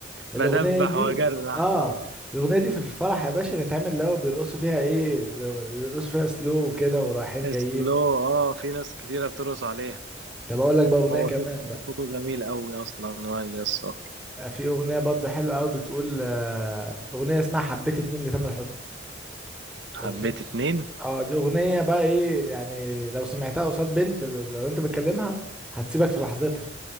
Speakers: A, in the centre; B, on the right.
A: الاغنيه
B: بدبح
A: دي
B: واجرح
A: اه الاغنيه دي في الفرح يا باشا تتعمل اللي هو بيرقصوا فيها ايه بيرقصوا فيها سلو وكده ورايحين جايين
B: اسلو اه في ناس كتيرة بترقص عليها
A: طب اقول لك بقى اغنيه
B: هو
A: كمان
B: صوت
A: بقى
B: صوته جميل قوي اصلا وائل جسار
A: في اغنيه برضه حلوه قوي بتقول آه، اغنيه اسمها حبيت اتنين لتامر حسني
B: حبيت
A: اغنيه
B: اتنين
A: اه دي اغنيه بقى ايه يعني لو سمعتها قصاد بنت لو انت بتكلمها هتسيبك في لحظتها